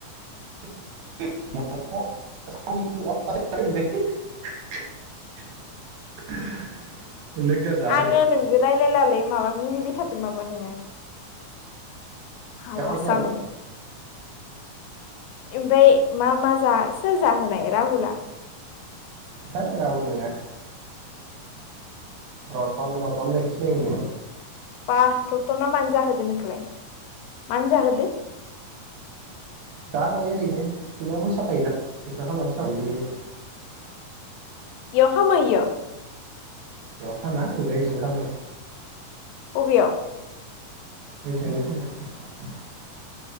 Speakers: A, on the right; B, on the left.
A: <unintelligible> जादो
B: आङो नोंजों रायलायलालै। माबा मिनिबाय थादों माबा नोङो। हालासो
A: एख' जायालै
B: आं। एमफाय मा मा जा सोर जाहोनाय राहुला?
A: है राहुल नोङा रतन रतन होननायखौ सिनायो नोङो?
B: बा रतना मानो जाहोदो नोंखौलाय? मानो जाहोदो?
A: जाहोबाय ओरैनो बिनाव फैसा थायोना <unintelligible> फैसा मोनबोयो।
B: इयाव खामायो इयो?
A: बेयाव खामा <unintelligible>
B: अबेयाव
A: <unintelligible>